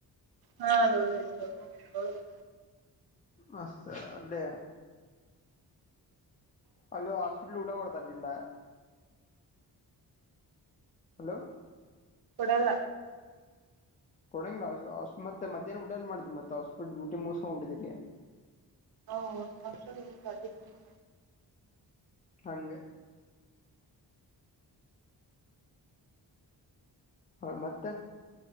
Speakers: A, on the right; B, on the left.
A: ಹಾ ದೌಡಿ <inaudible>
B: ಮಸ್ತ್ ಅಲ್ಲೇ ಅಲ್ಲಿ ಹಾಸ್ಪಿಟ್ಲ್ ಊಟ ಕೊಡ್ತಾರಿಲ್ಲ ಹಲೋ
A: ಕೊಡೊದ
B: ಕೊಡಂಗ ಮತ್ತ <unintelligible> ಮ್ಯಾಹನ ಊಟಲ್ ಮಾಡಿದ ಮತ್ತ ಹಾಸ್ಪಿಟ್ಲ್ ಟಿ ಮುಗಸ ಹೋಗಬ ಬಿಡಿದ್ರರಿ <unintelligible>
A: ಹೌ ಮಡ್ <unintelligible> <inaudible>
B: ಹಂಗೆ ಹಾ ಮತ್ತೆ